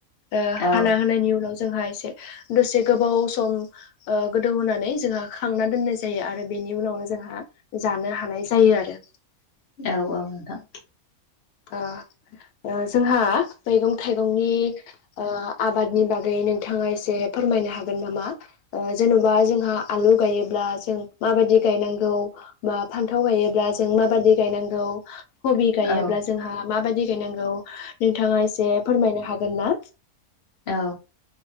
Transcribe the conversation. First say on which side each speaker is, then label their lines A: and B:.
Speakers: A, on the left (about 80°); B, on the left (about 50°).
A: ओ
B: औ
A: हाना होनायनि उनाव जोंहा एसे दसे गोबाव सम ओ गोदौहोनानै जोंहा खांना दोननाय जायो आरो बेनि उनावनो जोंहा जानो हानाय जायो आरो
B: औ औ नोंथां
A: आह ओ जोंहा मैगं थाइगंनि ओ आबादनि बागै नोंथाङा एसे फोरमायनो हागोन नामा ओ जेन'बा जोंहा आलु गायोब्ला जों माबादि गायनांगौ बा फान्थाव गायोब्ला जों माबादि गायनांगौ कबि गायोब्ला
B: औ नोंथां औ नोंथां औ
A: जों हा माबायदि गायनांगौ नोंथाङा एसे फोरमायनो हागोन ना
B: औ